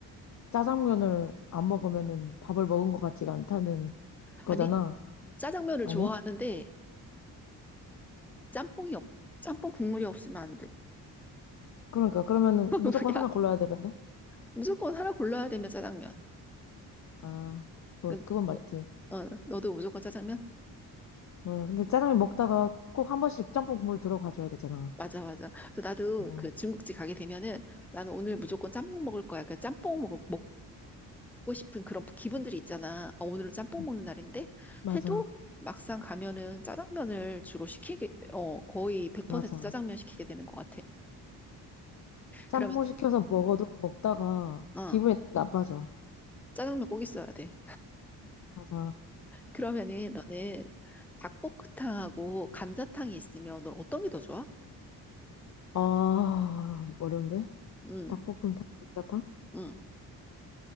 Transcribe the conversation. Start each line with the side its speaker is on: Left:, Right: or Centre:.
Left: 짜장면을 안 먹으면은 밥을 먹은 것 같지가 않다는 거잖아.
Centre: 아니 짜장면을
Left: 아니야?
Centre: 좋아하는데 짬뽕이 없 짬뽕 국물이 없으면 안 돼.
Left: 그러니까 그러면은
Centre: <laughs>
Left: 무조건
Centre: 야
Left: 하나 골라야 되면은
Centre: 무조건 하나 골라야 되면 짜장면.
Left: 아, 그
Centre: 그-
Left: 그건 맞지.
Centre: 어, 너도 무조건 짜장면?
Left: 뭐 근데 짜장면 먹다가 꼭 한 번씩 짬뽕 국물 들어가줘야 되잖아.
Centre: 맞아, 맞아. 그래서 나도
Left: 어,
Centre: 그 중국집 가게 되면은 나는 오늘 무조건 짬뽕 먹을 거야. 그 짬뽕 먹, 먹고 싶은 그런 기분들이 있잖아. 아, 오늘은 짬뽕
Left: 어.
Centre: 먹는 날인데
Left: 맞아,
Centre: 해도 막상 가면은 짜장면을 주로 시키게, 어, 거의 100%
Left: 맞아.
Centre: 짜장면 시키게 되는 것 같아.
Left: 짬뽕
Centre: 그러면,
Left: 시켜서 먹어도 먹다가
Centre: 어,
Left: 기분이 나빠져.
Centre: 짜장면 꼭 있어야 돼.
Left: 맞아.
Centre: 그러면은 너는 닭볶음탕하고 감자탕이 있으면 넌 어떤 게 더 좋아?
Left: 아, 어려운데?
Centre: 응,
Left: 닭볶음탕, 감자탕?
Centre: 응.